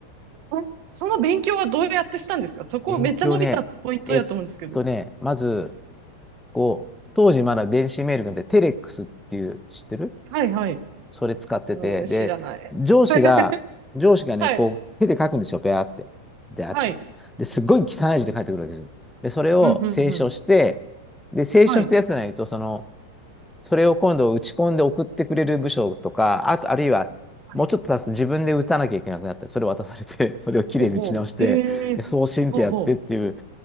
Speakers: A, on the right; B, in the centre.
A: えその勉強はどうやってしたんですかそこめっちゃ伸びたポイントやと思うんですけど。
B: 勉強ね、えっとね、まず、こう、当時まだ電子メールがなくて、テレックスっていう、知ってる
A: はいはい。
B: それ使ってて、
A: うん、
B: で、
A: 知らない。
B: 上司が、
A: <laughs>
B: 上司がね、
A: はい。
B: こう、手で書くんですよ、ペアって。で、あって。
A: はい。
B: で、すっごい汚い字で書いてくるわけですよ。で、それを清書して、
A: うん、うん、うん。
B: で、清書したやつじゃないと、
A: はい。
B: その、それを今度打ち込んで送ってくれる部署とか、あと、あるいは、
A: はい。
B: もうちょっと経つと自分で打たなきゃいけなくなって、それを渡されて、<laughs> それをきれいに打ち直して、
A: ほうほう。へえ。
B: で、送信ってやってっていう、
A: ほうほ